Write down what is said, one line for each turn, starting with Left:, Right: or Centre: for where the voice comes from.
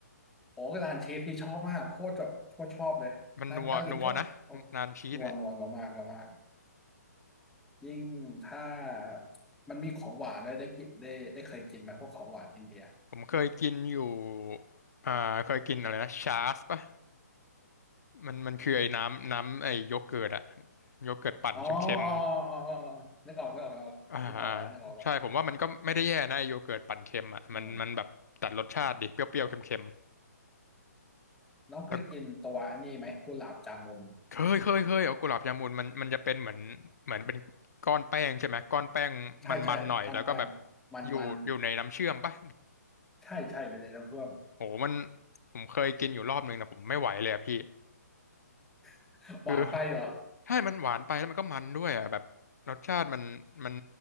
Centre: โอ้ร้านเชฟพี่ชอบมากโคตรแบบโคตรชอบเลยนานกาลิกก็โอเคนวลนัวนมากนมาก
Left: มันนัวนัวนะนานชีสเนี่ย
Centre: ยิ่งถ้ามันมีของหวานได้ได้กินได้ได้เคยกินไหมพวกของหวานอินเดีย
Left: ผมเคยกินอยู่อ่าเคยกินอะไรนะชาสป่ะมันมันคือไอ้น้ำน้ำไอ้โยเกิร์ตอะโยเกิร์ตปั่นเค็ม
Centre: อ๋ออ๋ออ๋ออ๋ออ๋อนึกออกนึกออกแล้วนึกออกแล้วนึกออกแล้ว
Left: ๆอ่าอ่าใช่ผมว่ามันก็ไม่ได้แย่นะไอ้โยเกิร์ตปั่นเค็มอะมันมันแบบตัดรสชาติดิเปรี้ยวๆเค็ม
Centre: อืม
Left: ๆแล้วก็
Centre: น้องเคยกินตัวอันนี้ไหมกุหลาบจามุน
Left: เคยเคยเคยเอากุหลาบยามูนมันมันจะเป็นเหมือนเหมือนเป็นก้อนแป้งใช่ไหมก้อนแป้งมันๆหน่อยแล้วก็แบบ
Centre: ใช่ใช่ก้อนแป้งมันมัน
Left: อยู่อยู่ในน้ำเชื่อมป่ะ
Centre: ใช่ใช่อยู่ในน้ำท่วม
Left: โหมันผมเคยกินอยู่รอบนึงนะผมไม่ไหวเลยอะพี่
Centre: <laughs>
Left: คือ
Centre: หวานไปเหรอ
Left: ใช่มันหวานไปแล้วมันก็มันด้วยอ่ะแบบรสชาติมันมัน